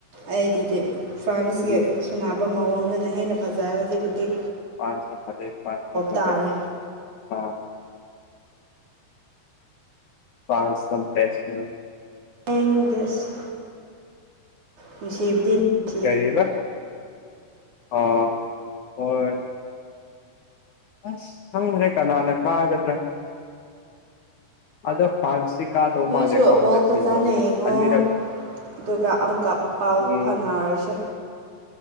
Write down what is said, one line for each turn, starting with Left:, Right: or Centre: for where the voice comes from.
Right: ꯑꯩꯗꯤꯗꯤ ꯐ꯭ꯔꯥꯟꯁꯀꯤ
Left: ꯎꯝ
Right: ꯇꯥꯟꯅꯕ ꯃꯑꯣꯡꯗꯨꯅ ꯍꯦꯟꯅ ꯐꯖꯩ ꯍꯧꯖꯤꯛ ꯄꯨꯗꯤ
Left: ꯐꯥꯟꯁꯅ ꯐꯗꯦ ꯐꯥꯟꯁ
Right: ꯇꯥꯔꯦ
Left: <unintelligible> ꯐ꯭ꯔꯥꯟꯁ ꯇ <unintelligible>
Right: <unintelligible> ꯑꯁ ꯅꯨꯡꯁꯤꯕꯗꯤ ꯅꯨꯡꯁꯤ
Left: ꯀꯔꯤ ꯑꯕ ꯑꯣ ꯍꯣꯏ ꯑꯁ ꯈꯪꯗ꯭ꯔꯦ ꯀꯅꯥꯅ ꯀꯥꯒꯗ꯭ꯔꯥ ꯑꯗꯣ ꯐ꯭ꯔꯥꯟꯁꯁꯤ ꯀꯥꯗꯧ
Right: ꯅꯣꯏꯁꯨ
Left: ꯃꯥꯜꯂꯦꯀꯣ
Right: ꯕꯣꯜ
Left: ꯍꯟꯗꯛꯁꯤꯒꯨ
Right: ꯐꯖꯅ
Left: ꯑꯃꯨꯛ
Right: ꯌꯦꯡꯉꯣ
Left: ꯑꯅꯤꯔꯛ
Right: ꯑꯗꯨꯒ ꯑꯃꯨꯛꯀ ꯄꯥꯎ
Left: ꯎꯝ
Right: ꯐꯥꯎꯅꯔꯁꯦ